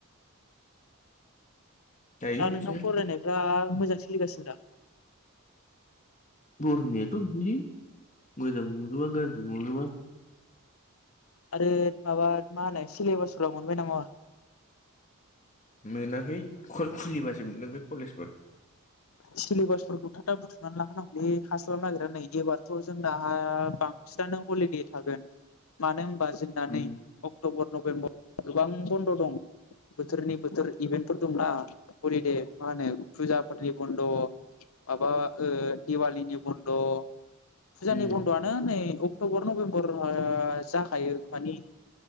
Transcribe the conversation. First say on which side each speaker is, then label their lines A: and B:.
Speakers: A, on the left; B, on the left.
A: दायो
B: दा
A: बिदिनो
B: नोंथां फरायनायफ्रा मोजां सोलिगासिनो दा?
A: फरायनायाथ' बिदिनो मोजांबो नंजोबा गाज्रिबो नंजोबा।
B: आरो माबा मा होनो सेलेबासफोराव मोनबाय नामा?
A: मोनाखै खु-खुलिबासो मोनगोन बे कलेजफोर
B: सिलेबासफोरखौ थाब थाब बुथुमनानै लाखानांगौलै हास्लाबनो नागिरा नै एबारथ' जोंनाहा बां बिसिनानो हलिडे थागोन मानो होनबा जोंना
A: उम
B: नै अक्ट'बर नभेम्बर गोबां बन्द' दं। बोथोरनि बोथोर इभेन्टफोर दंना हलिदे मा होनो फुजाफोरनि बन्द' माबा ओ दिवालीनि बन्द' फुजानि
A: उम
B: बन्द'आनो हो नै अक्ट'बर नभेम्बर ओ जाखायो मानि